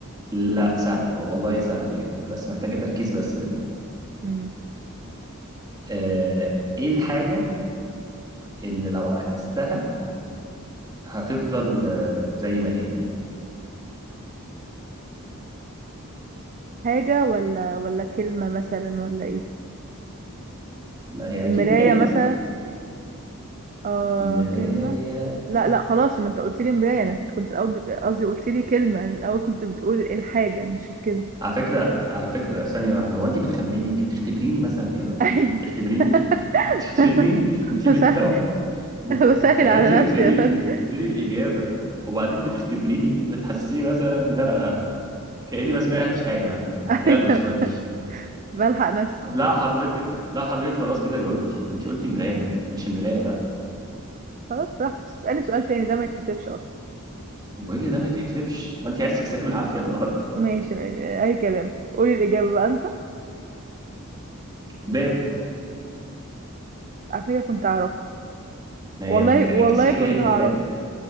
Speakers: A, on the right; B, on the right.
A: لا سهل والله سهلة جدا بس محتاجة تركيز بس منك
B: مم.
A: آه إيه الحاجة اللي لو عكستها هتفضل آه زي ما هي
B: حاجة ولا ولا كلمة مثلا ولا ايه
A: ما هي
B: المراية
A: أكيد كلمة
B: مثلا آه
A: مراية
B: كلمة لا لا خلاص ما انت قلت لي مراية انا كنت كنت الاول بت- قصدي قلت لي كلمة أنا الاول كنت بتقول إيه الحاجة مش الكلمة
A: على فكرة على فكرة ثانية واحدة هو أنت بتخمني أنت بتختبريني مثلا يا بابا
B: ايوه
A: أنت بتختبريني
B: <laughs>
A: <laughs> أنت بترمي أنت
B: بسهل
A: بتجاوب بت...
B: بسهل
A: يعني
B: على
A: انت بتقولي
B: نفسي يا فندم
A: انت بتقولي الاجابه وبعدين بتختبريني بتحسسيني مثلا ان انا كاني ما سمعتش حاجه
B: ايوه
A: غلوش غلوش
B: بلحق نفسي
A: لا حضرتك لا حضرتك خلاص كده جاوبتي انت قلتي مرايه مش مرايه لا
B: خلاص براحتك بس اسألني سؤال تاني ده ما يتحسبش اصلا
A: وايه اللي ده ما يتحسبش وانت عايز تكسبي العافيه النهارده
B: ماشي ماشي اي كلام قولي الاجابة بقى انت
A: باب
B: على فكرة كنت هعرفها
A: ما هي
B: والله
A: بتتعكس
B: والله
A: هي
B: كنت هعرفها
A: هي باب